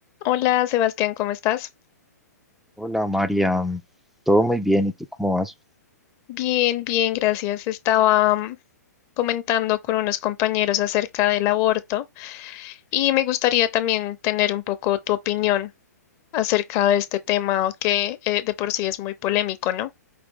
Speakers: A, on the left; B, in the centre.
A: Hola Sebastián, ¿cómo estás?
B: Hola María, todo muy bien, ¿y tú cómo vas?
A: Bien, bien, gracias. Estaba mm, comentando con unos compañeros acerca del aborto y me gustaría también tener un poco tu opinión acerca de este tema que eh, de por sí es muy polémico, ¿no?